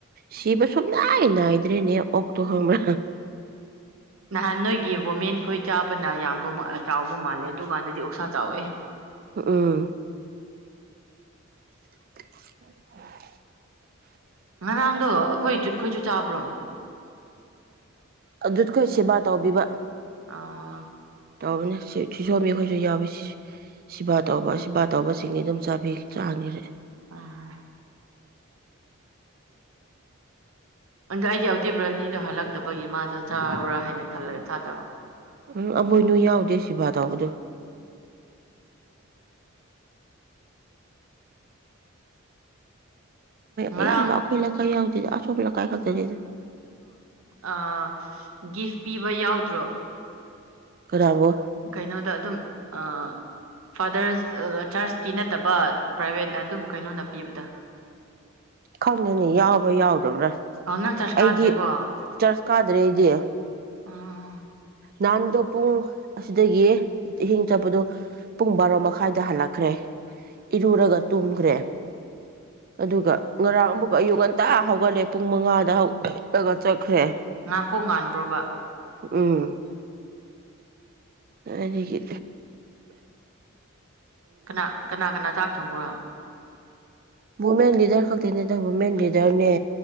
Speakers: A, on the right (about 45°); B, on the right (about 75°).
A: ꯁꯤꯕ ꯁꯨꯝ ꯅꯥꯏ ꯅꯥꯏꯗ꯭ꯔꯦꯅꯦ ꯑꯣꯛꯇꯣ ꯍꯣꯡꯕ
B: ꯅꯍꯥꯟ ꯅꯣꯏꯒꯤ ꯋꯨꯃꯦꯟ ꯈꯣꯏ ꯆꯥꯕꯅ ꯌꯥꯝꯕꯃꯛꯑ ꯆꯥꯎꯕ ꯃꯥꯜꯂꯦ ꯗꯨꯀꯥꯟꯗꯗꯤ ꯑꯣꯁꯥ ꯆꯥꯎꯋꯦ
A: ꯑꯥ <inaudible>
B: ꯉꯔꯥꯡꯗꯣ ꯑꯩꯈꯣꯏ ꯖꯨꯠꯈꯣꯏꯨꯠ ꯆꯥꯕ꯭ꯔꯣ
A: ꯑꯗꯨꯈꯣꯏ ꯁꯦꯕꯥ ꯇꯧꯕꯤꯕ
B: ꯑ
A: ꯇꯧꯕꯅꯤ ꯁꯤꯖꯣꯝ ꯃꯤ ꯑꯩꯈꯣꯏꯁꯨ ꯌꯥꯎꯋꯤ ꯁꯤ ꯁꯤꯕꯥ ꯇꯧꯕ ꯁꯤꯕꯥ ꯇꯧꯕꯁꯤꯡꯅꯤ ꯑꯗꯨꯝ ꯆꯥꯕꯤ ꯆꯥꯡꯈꯔꯦ
B: ꯑꯥ ꯑꯗꯨꯗꯣ ꯑꯩꯗꯤ ꯑꯇꯤꯕ꯭ꯔꯅꯤꯗꯣ ꯍꯜꯂꯛꯇꯕꯒꯤ ꯃꯥꯗꯣ ꯆꯥꯔꯨꯔꯥ ꯍꯥꯏꯅ ꯈꯜꯂꯒ ꯆꯥꯗꯕ
A: ꯎꯝ ꯑꯕꯣꯏꯅꯨ ꯌꯥꯎꯗꯦ ꯁꯤꯕꯥ ꯇꯧꯕꯗꯣ
B: ꯉꯔꯥꯡ
A: ꯑꯌꯥꯝꯕ ꯑꯩꯈꯣꯏ ꯂꯩꯀꯥꯏ ꯌꯥꯎꯗꯦꯗ ꯑꯇꯣꯞꯄ ꯂꯩꯀꯥꯏ ꯈꯛꯇꯗꯗ
B: ꯑꯥ ꯒꯤꯐ ꯄꯤꯕ ꯌꯥꯎꯗ꯭ꯔꯣ
A: ꯀꯅꯥꯒꯣ
B: ꯀꯩꯅꯣꯗ ꯑꯗꯨꯝ ꯑ ꯐꯥꯗꯔꯁ ꯆꯔꯁꯀꯤ ꯅꯠꯇꯕ ꯄ꯭ꯔꯥꯏꯚꯦꯠꯅ ꯑꯗꯨꯝ ꯀꯩꯅꯣꯗ ꯄꯤꯕꯗ
A: ꯈꯪꯗꯅꯤ ꯌꯥꯎꯕ꯭ꯔꯥ ꯌꯥꯎꯗꯕ꯭ꯔꯥ
B: ꯑ ꯅꯪ ꯆꯔꯆ
A: ꯑꯩꯗꯤ
B: ꯀꯥꯗ꯭ꯔꯦꯀꯣ
A: ꯆꯔꯆ ꯀꯥꯗ꯭ꯔꯦ ꯑꯩꯗꯤ
B: ꯑꯥ
A: ꯅꯍꯥꯟꯗꯣ ꯄꯨꯡ ꯑꯁꯤꯗꯒꯤ ꯏꯍꯤꯡ ꯆꯠꯄꯗꯣ ꯄꯨꯡ ꯕꯥꯔꯣ ꯃꯈꯥꯏꯗ ꯍꯜꯂꯛꯈ꯭ꯔꯦ ꯏꯔꯨꯔꯒ ꯇꯣꯡꯈ꯭ꯔꯦ ꯑꯗꯨꯒ ꯉꯔꯥꯡ ꯑꯃꯨꯛ ꯑꯌꯨꯛ ꯉꯟꯇꯥ ꯍꯧꯒꯠꯂꯦ ꯄꯨꯡ ꯃꯉꯥꯗ ꯍꯧꯠꯂꯒ ꯆꯠꯈ꯭ꯔꯦ
B: ꯉꯥꯡꯀꯣꯛ ꯉꯥꯟꯕ꯭ꯔꯣꯕ
A: ꯎꯝ ꯅꯤꯒꯤ
B: ꯀꯅꯥ ꯀꯅꯥ ꯀꯅꯥ ꯆꯥꯛ ꯊꯣꯡꯕ꯭ꯔꯣ
A: ꯋꯨꯃꯦꯟ ꯂꯤꯗꯔ ꯈꯛꯇꯤꯅꯦꯗ ꯋꯨꯃꯦꯟ ꯂꯤꯗꯔꯅꯦ